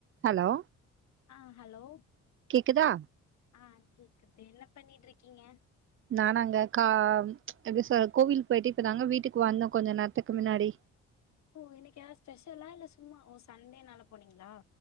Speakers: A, on the right (about 45°); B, on the left (about 65°).
A: Hello
B: ஆ hello
A: கேக்குதா
B: ஆ கேக்குது என்ன பண்ணிட்ருக்கீங்க
A: நானாங்க கா எப்டி சொல்ற கோவில் போயிட்டு இப்பதாங்க வீட்டுக்கு வந்தோ கொஞ்சொ நேர்த்துக்கு முன்னாடி
B: ஓ இன்னைக் ஏதாது ஸ்பெஷலா இல்ல சும்மா ஓ சண்டேனால போனீங்களா